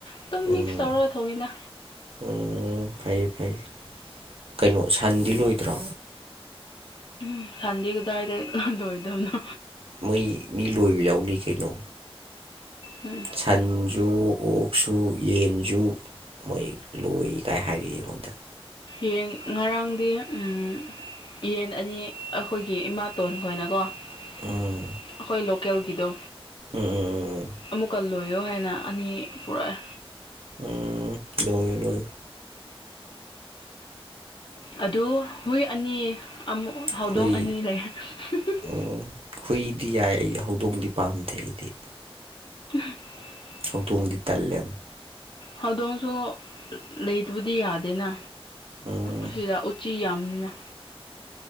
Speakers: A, on the left (about 55°); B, on the right (about 65°).
A: ꯑꯗꯨꯝ
B: ꯎꯝ
A: ꯃꯤꯛꯁ ꯇꯧꯔꯒ ꯊꯣꯡꯉꯤꯅ
B: ꯎꯝ ꯐꯩ ꯐꯩ ꯀꯩꯅꯣ ꯁꯟꯗꯤ ꯂꯣꯏꯗ꯭ꯔꯣ
A: ꯎꯝ ꯁꯟꯗꯤ ꯀꯗꯥꯢꯗ ꯂꯣꯢꯗꯣꯢꯅꯣ
B: ꯃꯣꯢ ꯃꯤ ꯂꯣꯏꯕ ꯌꯥꯎꯅꯩ ꯀꯩꯅꯣ
A: ꯎꯝ
B: ꯁꯟꯁꯨ ꯑꯣꯛꯁꯨ ꯌꯦꯟꯁꯨ ꯃꯣꯏ ꯂꯣꯏ ꯀꯥꯏ ꯍꯥꯏꯔꯛꯏ ꯑꯩꯉꯣꯟꯗ
A: ꯌꯦꯡ ꯉꯔꯥꯡꯗꯤ ꯎꯝ ꯌꯦꯟ ꯑꯅꯤ ꯑꯩꯈꯣꯏꯒꯤ ꯏꯃꯥꯇꯣꯟ ꯈꯣꯏꯅꯀꯣ ꯑꯩꯈꯣꯏ
B: ꯎꯝ
A: ꯂꯣꯀꯦꯜꯒꯤꯗꯣ
B: ꯎꯝ ꯎꯝ ꯎꯝ
A: ꯑꯃꯨꯛꯀ ꯂꯣꯏꯌꯣ ꯍꯥꯏꯅ ꯑꯅꯤ ꯄꯨꯔꯛꯑꯦ
B: ꯎꯝ ꯂꯣꯏꯎ ꯂꯣꯏꯎ
A: ꯑꯗꯨ ꯍꯨꯏ ꯑꯅꯤ ꯑꯃꯨ ꯍꯧꯗꯣꯡ
B: ꯍꯨꯏ
A: ꯑꯅꯤ ꯂꯩ <unintelligible>
B: ꯎꯝ ꯍꯨꯏꯗꯤ ꯌꯥꯏ ꯑꯩ ꯍꯧꯗꯣꯡꯗꯤ ꯄꯥꯝꯗꯦ ꯑꯩꯗꯤ
A: <unintelligible>
B: ꯍꯧꯗꯣꯡꯗꯤ ꯇꯜꯂꯦꯕ
A: ꯍꯧꯗꯣꯡꯁꯨ ꯂꯩꯇꯕꯗꯤ ꯌꯥꯗꯦꯅ
B: ꯎꯝ
A: ꯑꯁꯤꯗ ꯎꯆꯤ ꯌꯥꯝꯕꯅꯤꯅ